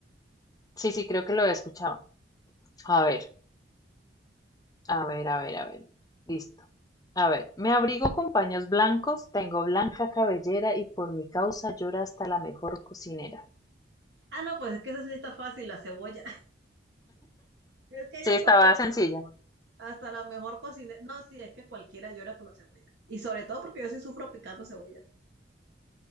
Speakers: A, on the left; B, on the right.
A: Sí, sí, creo que lo he escuchado. A ver, A ver, a ver, a ver. Listo. A ver, me abrigo con paños blancos, tengo blanca cabellera y por mi causa llora hasta la mejor cocinera.
B: Ah, no, pues es que esa sí está fácil, la cebolla. <laughs> Es que
A: Sí,
B: ya
A: estaba
B: con un-
A: sencilla.
B: hasta la mejor cocinera. No, sí, es que cualquiera llora con la cebolla. Y sobre todo porque yo sí sufro picando cebolla.